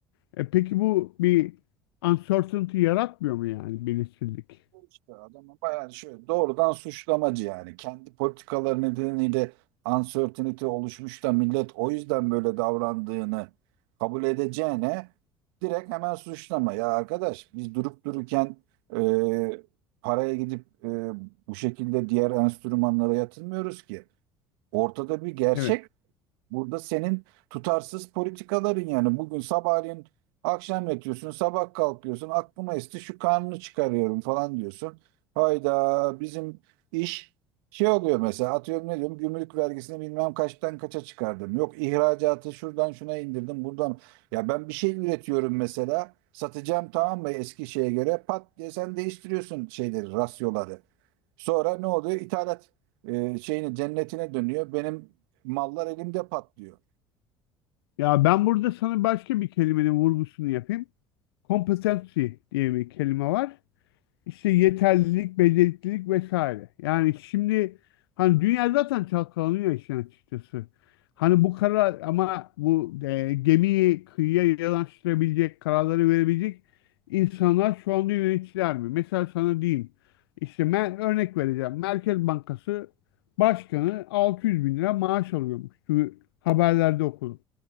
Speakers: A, on the left; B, on the right.
A: E, peki bu bir uncertainty yaratmıyor mu yani belirsizlik?
B: işte adamın bayağı şöyle doğrudan suçlamacı yani. Kendi politikaları nedeniyle uncertainty oluşmuş da millet o yüzden böyle davrandığını kabul edeceğine direkt hemen suçlama. Ya arkadaş biz durup dururken e, paraya gidip e, bu şekilde diğer enstrümanlara yatırmıyoruz ki. Ortada bir gerçek
A: Evet.
B: Burada senin tutarsız politikaların yani bugün sabahleyin akşam yatıyorsun, sabah kalkıyorsun, aklıma esti şu kanunu çıkarıyorum falan diyorsun. Hayda bizim iş şey oluyor mesela atıyorum ne diyorum gümrük vergisini bilmem kaçtan kaça çıkardım. Yok ihracatı şuradan şuna indirdim buradan. Ya ben bir şey üretiyorum mesela satacağım tamam mı eski şeye göre pat diye sen değiştiriyorsun şeyleri rasyoları. Sonra ne oluyor? İthalat e, şeyine cennetine dönüyor. Benim mallar elimde patlıyor.
A: Ya ben burada sana başka bir kelimenin vurgusunu yapayım. Competency diye bir kelime var. İşte yeterlilik, beceriklilik vesaire. Yani şimdi hani dünya zaten çalkalanıyor işin açıkçası. Hani bu karar ama bu e, gemiyi kıyıya yanaştırabilecek, kararları verebilecek insanlar şu anda yöneticiler mi? Mesela sana diyeyim. İşte ben örnek vereceğim. Merkez Bankası Başkanı 600 bin lira maaş alıyormuş. Şu haberlerde okudum.